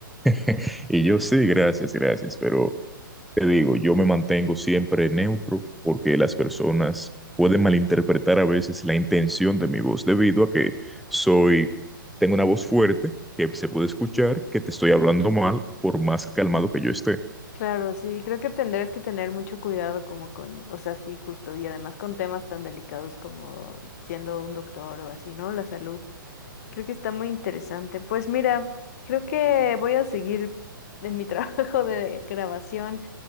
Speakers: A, in the centre; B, on the left (about 45°).
A: <laughs> Y yo sí, gracias, gracias, pero te digo, yo me mantengo siempre neutro porque las personas pueden malinterpretar a veces la intención de mi voz debido a que soy, tengo una voz fuerte que se puede escuchar que te estoy hablando mal por más calmado que yo esté.
B: Claro, sí, creo que tendrás que tener mucho cuidado como con, o sea, sí, justo, y además con temas tan delicados como siendo un doctor o así, ¿no? La salud. Creo que está muy interesante. Pues mira, creo que voy a seguir en mi <laughs> trabajo de grabación